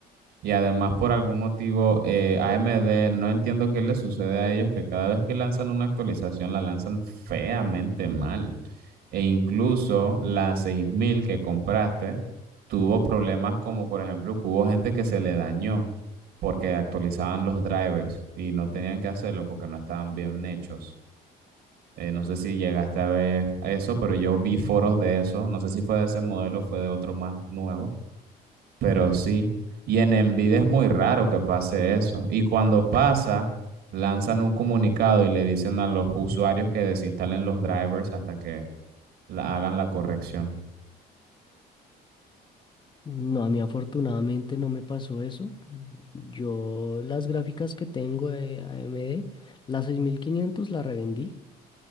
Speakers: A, on the right; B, on the left.
A: Y además, por algún motivo, eh, AMD, no entiendo qué le sucede a ellos, que cada vez que lanzan una actualización la lanzan feamente mal. E incluso la 6000 que compraste tuvo problemas como, por ejemplo, que hubo gente que se le dañó porque actualizaban los drivers y no tenían que hacerlo porque no estaban bien hechos. Eh, no sé si llegaste a ver eso, pero yo vi foros de eso. No sé si fue de ese modelo o fue de otro más nuevo pero sí, y en Envidia es muy raro que pase eso. Y cuando pasa, lanzan un comunicado y le dicen a los usuarios que desinstalen los drivers hasta que la- hagan la corrección.
B: No, a mí afortunadamente no me pasó eso. Yo las gráficas que tengo de AMD, la 6500 la revendí